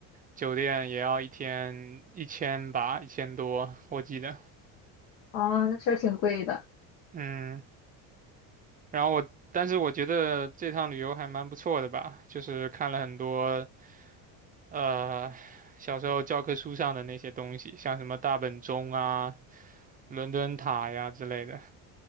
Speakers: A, on the right; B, on the left.
A: 酒店，也要一天一千吧，一千多，我记得。
B: 哦，那确实挺贵的。
A: 嗯。然后我，但是我觉得这趟旅游还蛮不错的吧，就是看了很多，呃，小时候教科书上的那些东西，像什么大本钟啊、伦敦塔呀之类的。